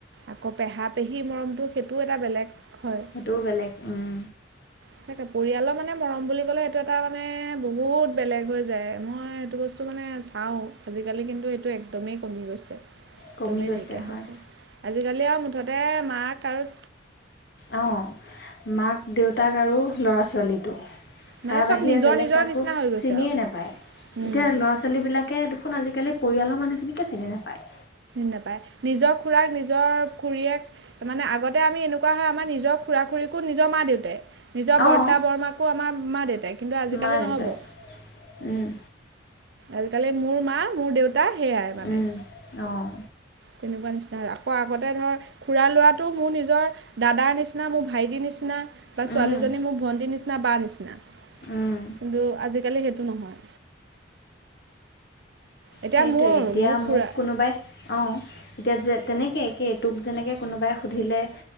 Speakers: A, on the right; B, on the left.
A: আকৌ পেহা-পেহী মৰমতটো, সেইটোও এটা বেলেগ হয়।
B: সেইটোৱো বেলেগ, উম।
A: চাগে, পৰিয়ালৰ মানে মৰম বুলি ক'লে সেইটো এটা মানে বহুত বেলেগ হৈ যায়, মই এইেটো বস্তু মানে পাওঁ, আজিকালি কিন্তু এইটো একদমেই কমি গৈছে।
B: কমি
A: দমেই
B: গৈছে
A: নাইকিয়া
B: হয়
A: হৈছে। আজিকালি আৰু মুঠতে মাক আৰু
B: অ' মাক-দেউতাক আৰু ল'ৰা-ছোৱালীটো।
A: মানে
B: তাৰ
A: চব
B: বাহিৰে
A: নিজৰ
B: বেলেগ
A: নিজৰ
B: কাকো
A: নিচিনা হৈ গৈছে
B: চিনিয়েই
A: আৰু
B: নাপায়। এতিয়া
A: উম
B: ল'ৰা-ছোৱালীবিলাক তাক দেখোন আজি-কালি পৰিয়ালৰ মানুহ খিনিকে চিনি নাপায়?
A: নাপায়। নিজৰ খুৰাক, নিজৰ খুৰীয়েক তাৰ মানে আগতে আমি এনেকুৱা হয় আমাৰ নিজৰ খুৰা, খুৰীকো, নিজৰ মা -দেউতাই। নিজৰ বৰ্তা,
B: অঁ
A: -বৰমাকো, আমাৰ মা -দেউতাই, কিন্তু আজি
B: মা
A: কালি
B: দেউতাই
A: নহ'ব।
B: উম,
A: আজি কালি মোৰ মা, মোৰ দেউতা, সেয়াই মানে।
B: উম, অঁ
A: তেনেকুৱা নিচিনা হয়। আকৌ আগতে ধৰ খুৰাৰ, ল'ৰাটো মোৰ নিজৰ দাদাৰ, নিচিনা মোৰ ভাইটিৰ, নিচিনা। বা ছোৱালীজনী
B: উম,
A: মোৰ ভণ্টিৰ, নিচিনা বা, নিচিনা
B: উম।
A: কিন্তু আজি কালি সেইটো নহয়। এতিয়া
B: সেইটোৱে
A: মোৰ
B: এতিয়া
A: মোৰ
B: মোক
A: খুৰা
B: কোনোবাই অঁ এতিয়া যে তেনেকৈ এক এইটোক যেনেকৈ কোনোবাই সুধিলে